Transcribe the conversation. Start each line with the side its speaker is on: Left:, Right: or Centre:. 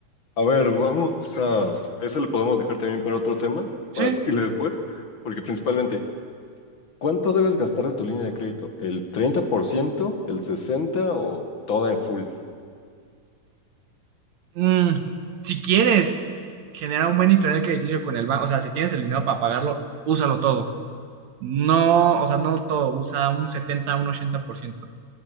Left: A ver, vamos a... Eso lo podemos dejar también para otro tema,
Right: Sí.
Left: para <laughs> seguirle después, porque principalmente, ¿cuánto debes gastar de tu línea de crédito? ¿El 30%, el 60% o toda en full?
Right: Mm, si quieres generar un buen historial crediticio con el banco, o sea, si tienes el dinero para pagarlo, úsalo todo. No, o sea, no todo, usa un 70, un 80%. ¿Por ciento.